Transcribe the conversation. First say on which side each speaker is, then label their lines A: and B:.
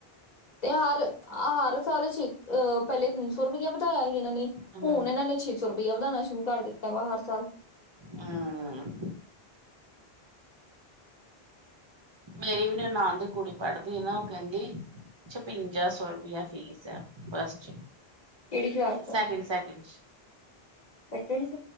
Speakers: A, on the left; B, on the right.
A: ਤੇ ਹਰ-ਹਰ ਸਾਲ ਛ ਅਹ ਪਹਿਲੇ ਤਿੰਨ ਸੌ ਰੁਪਇਆ ਵਧਾਇਆ ਸੀ ਏਨਾਂ ਨੇ
B: ਹੂੰ
A: ਹੁਣ ਏਨਾਂ ਨੇ ਛੇ ਸੌ ਰੁਪਇਆ ਵਧਾਣਾ ਸ਼ੁਰੂ ਕਰ ਦਿੱਤਾ ਵਾ ਹਰ ਸਾਲ।
B: ਹਮ ਮੇਰੀ ਵੀ ਨਨਾਨ ਦੀ ਕੁੜੀ ਪੜ੍ਹਦੀ ਐ ਨਾ ਉਹ ਕੇਂਦੀ ਛਪਿੰਜਾ ਸੌ ਰੁਪਇਆ ਫੀਸ ਐ ਬਸ ਜੀ।
A: ਕਿਹੜੀ ਕਲਾਸ ਚ
B: ਸੈਕਿੰਡ-ਸੈਕਿੰਡ ਚ।
A: ਸੈਕਿੰਡ ਚ